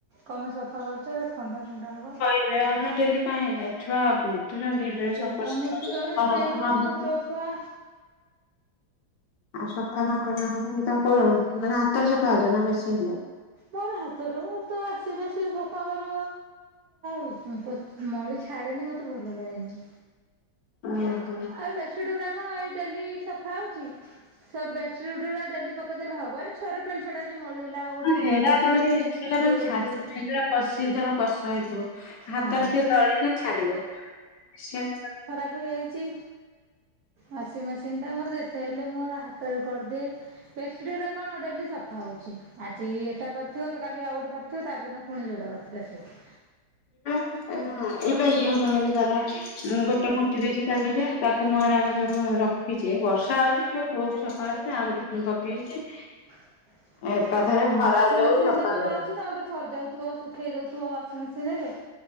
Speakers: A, on the right; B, on the left.
A: କନପାଇ ସଫା କରୁଛ ହେଗୁରା ଥଣ୍ଡା ଫଣ୍ଡା ହେବ।
B: <unintelligible> ଡେଲି କାଇଁ ଛୁଆ <unintelligible> ଡ୍ରେସ୍
A: ଛୁଆ
B: ଅପରିଷ୍କାର
A: ମୁତୁଛନ୍ତି
B: ଅଛି ସଫା
A: ସ୍ମେଲ
B: ନ କଲେ
A: ହବ
B: ହବନି।
A: ଛୋଟ ଛୁଆ
B: ଆଉ ସଫା ନ କଲେ ହବନି ତାକୁ, ମାନେ ହାତରେ ସଫା କରୁଛ ନା ମେସିନ ରେ?
A: ମୋର ହାତରେ ମୁ ତ ୱାସିଙ୍ଗ ମେସିନ ସଫା କଲେ <unintelligible> ମଳି ଛାଡ଼େନି ମୋତେ ଭଲ ଲାଗେନି।
B: ହଁ,
A: ଆଉ ବେସିଡ ଗୁରା କଣ ଏଇ ଡେଲି ସଫା ହଉଛି? ସେ ବେଡ଼ସିଡ୍ ଗୁଡା ଡେଲି ପକେଇଦେଲେ ହବ। ଆ ଛୁଆ ପ୍ୟାଣ୍ଟ ସାର୍ଟ ଆଜି ମଳି ହେଲା ଆଉ କଉଠି ବସି
B: ହେରା
A: ପଡ଼ିଛି
B: କଣ କି ସେଟା ମାନେ
A: ଧୂଳି
B: ଛାଡି
A: ଫୂଳିରେ
B: ହେରା କଷି ଧର କଷ ହେଇଥିବ
A: ହଁ।
B: ହାତରେ ଟିକେ ଦଳିଲେ ଛାଡିବ ସେ <inaudible>
A: ହେଇଛି ୱାସିଂ ମେସିନ ଟା ମୋର ଯେତେ ହେଲେ ମୋ ହାତରେ କରିଦିଏ। ବେଡ଼ସିଡ ଗୁରା କଣ ଡେଲି ସଫା ହଉଛି ଆଜି ଏଟା ପାରିଥିବ ତ କାଲି ଆଉ ଗୋଟେ ପାରିଥିବ ତାର ଦିନ ପୁଣି ଯୋଉଟା ପାରିଥିଲେ ସେଇଟା।
B: ହଁ <unintelligible> ମ ଗୋଟେ ମୁତି ଦେଇଛି କାଲି ଯେ ତାକୁ <unintelligible> ସବୁ ରଖିଛି ଏ ବର୍ଷା ହଉଛି କୋଉଠି ସଫା କରିବି ଆଉ ଗୋଟେ ପୁଣି ପକେଇଛି।
A: ହଁ
B: ଏକାଥରେ
A: ହଁ
B: ଖରା
A: ୱାସିଂ
B: ଦଉ
A: ମେସିନ
B: ସଫା
A: ତ ମୋର
B: କରୁ
A: ଅଛି ତମର ସରିଯାଉଥିବ ଶୁଖେଇ ଦଉଥିବ ୱାସିଂ ମେସିନ ରେ।